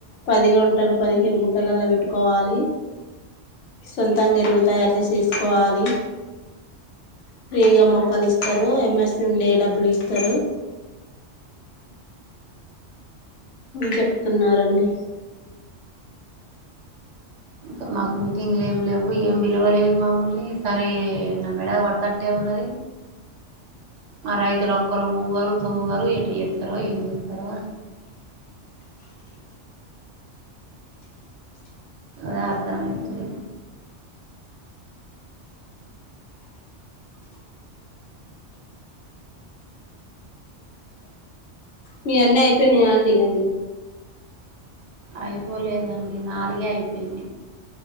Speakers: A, on the left; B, on the right.
A: పది గుంటలు పదిహేను గుంటలలా పెట్టుకోవాలి సొంతంగా ఎరువు తయారు చేసేసుకోవాలి ప్రీగా మొక్కలిస్త తరో ఎమర్ నుండే డబ్బులు ఇస్తారు చెప్తున్నారు అండి
B: ఇంకా మాకు మీటింగ్లు ఏమి లేవు ఏమి విలువలేదు మమల్ని ఈసారి నా మెడ పడతట్టే ఉన్నది మ రైతులు క గారుతు వ ఎటు ఎత్త రూవ ఎజ ఎప్ప రూవ <inaudible> అదే అర్థమేతలేదు
A: మీ అన్నీ అయిపోయినాయా అండి అవి
B: అయిపోలేదండి నాలుగే అయిపోయింది